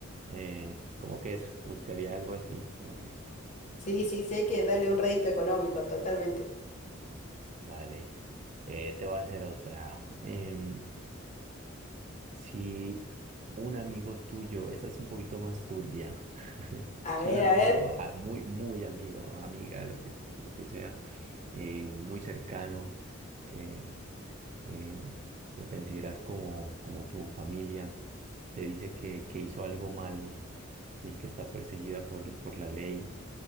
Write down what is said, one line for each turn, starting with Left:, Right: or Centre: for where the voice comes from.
Right: eh, como que eso, buscaría algo así, no sé.
Left: Sí, sí, sí, hay que darle un rédito económico, totalmente.
Right: Vale, eh, te voy a hacer otra. Em, si un amigo tuyo, esta es un poquito más turbia, <laughs>
Left: A
Right: si
Left: ver,
Right: un amigo
Left: a ver.
Right: tuyo, ah, muy, muy amigo, amiga, lo que, lo que sea, eh, muy cercano, que eh, lo consideras como, como tu familia, te dice que, que hizo algo malo y que está perseguida por, por la ley,